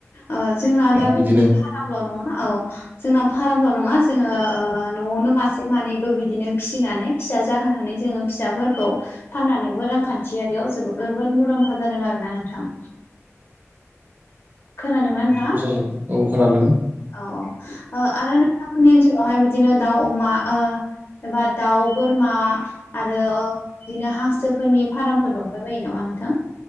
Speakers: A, on the left; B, on the right.
A: ओ जोंना दा बे
B: बिदिनो
A: फारामल' नङा औ जोंना फारामल' नङा जोंङो न'आवनो मासे मानैबो बिदिनो फिसिनानै फिसा जाहोनानै जोङो फिसाफोरखौ फाननानै ब रांखान्थियारियाव जोबो जोबोद मुलाम्फा जादों आरोना नोंथां। खोनादोंना नोंथाङा
B: बिदिबो जायो औ खोनादों
A: औ औ आरो नोंथांनि ओनसोलावहाय बिदि बिदिनो दाउ अमा ओ एबा दाउ बोरमा आरो बिदिनो हांसोफोरनि फार्मफोर दंबाय बायो नामा नोंथां?